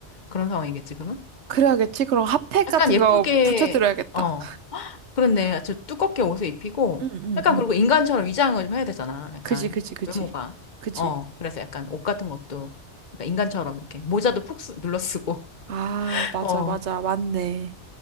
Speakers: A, on the left; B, on the right.
A: 그런 상황이겠지, 그러면?
B: 그래야겠지? 그럼 핫팩 같은
A: 약간 예쁘게,
B: 거 붙여드려야겠다.
A: 어, 그렇네. 저 두껍게 옷을 입히고,
B: 응, 응,
A: 약간
B: 응.
A: 그리고 인간처럼 위장을 좀 해야 되잖아. 약간
B: 그지, 그지, 그지.
A: 외모가.
B: 그지.
A: 어, 그래서 약간 옷 같은 것도 약간 인간처럼 이렇게 모자도 푹 쓰- 눌러 쓰고.
B: 아, 맞아,
A: <laughs>
B: 맞아. 맞네.